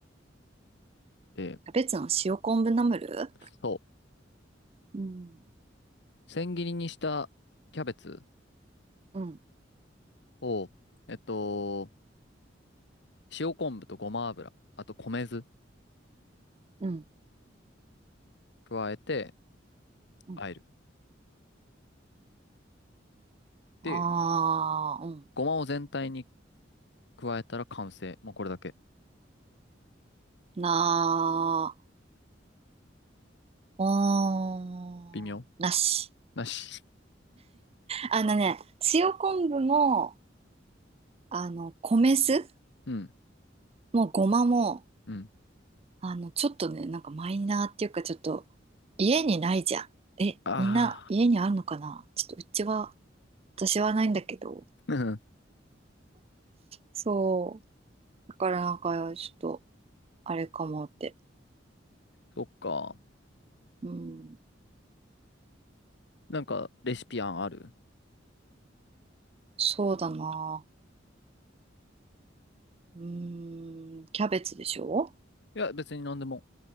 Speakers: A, on the left; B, on the right.
A: で、
B: キャベツの塩昆布ナムル
A: そ
B: うん、
A: う、千切りにしたキャベツ
B: うん、
A: を、えっと、塩昆布とごま油、あと米酢
B: うん、
A: 加えて、
B: うん。
A: 和える。で、
B: あー、うん。
A: ごまを全体に加えたら完成。もうこれだけ。
B: なー、おーん、
A: 微妙
B: なし。
A: なし。
B: あのね、塩昆布も、あの、米酢
A: うん、
B: もごまも、
A: うん。
B: あの、ちょっとね、なんかマイナーっていうか、ちょっと、家にないじゃん。え、
A: あ
B: みんな家にあるのかなちょっとうちは、私はないんだけど。
A: あ。<laughs>
B: そう。だからなんか、ちょっと、あれかもって。
A: そっか。
B: うん。
A: なんか、レシピ案ある
B: そうだな。うーん。キャベツでしょ
A: いや、別に何でも。